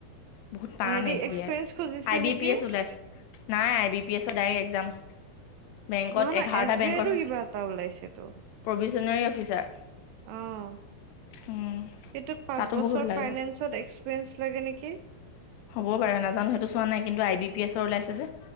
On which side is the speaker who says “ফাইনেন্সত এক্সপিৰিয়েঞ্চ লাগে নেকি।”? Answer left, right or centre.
Right